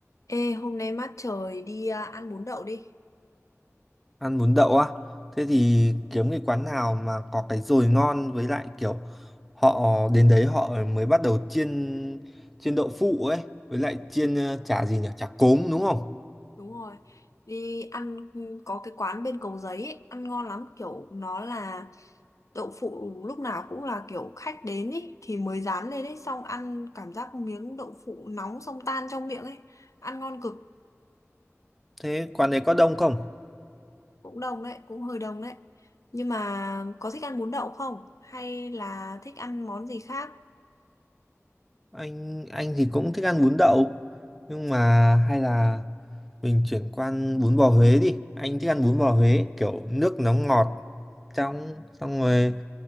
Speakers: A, on the left; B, in the centre.
A: Ê, hôm nay mát trời đi à, ăn bún đậu đi.
B: ăn bún đậu á thế thì kiếm cái quán nào mà có cái dồi ngon với lại kiểu họ đến đấy họ mới bắt đầu chiên chiên đậu phụ ấy với lại chiên ờ, chả gì nhỉ chả cốm đúng không
A: Đúng rồi. Đi ăn ừ, có cái quán bên Cầu Giấy ấy, ăn ngon lắm, kiểu nó là đậu phụ lúc nào cũng là kiểu khách đến ấy thì mới rán lên ấy, xong ăn cảm giác miếng đậu phụ nóng xong tan trong miệng ấy. Ăn ngon cực,
B: thế quán đấy có đông không
A: cũng đồng đấy, cũng hơi đồng đấy. Nhưng mà có thích ăn bún đậu không? Hay là thích ăn món gì khác?
B: anh anh thì cũng thích ăn bún đậu nhưng mà hay là mình chuyển qua ăn bún bò Huế đi anh thích ăn bún bò Huế kiểu nước nó ngọt trong xong rồi